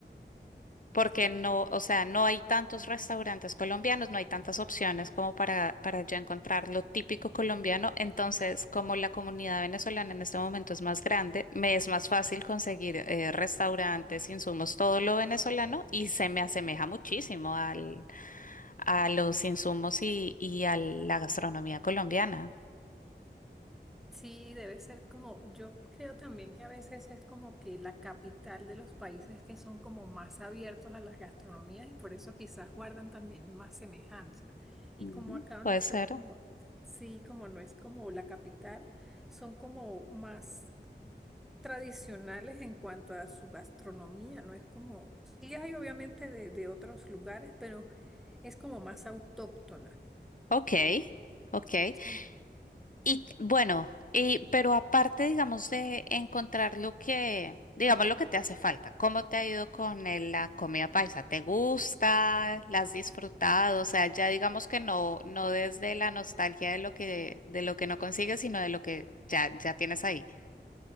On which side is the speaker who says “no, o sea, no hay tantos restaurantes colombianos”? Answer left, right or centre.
Left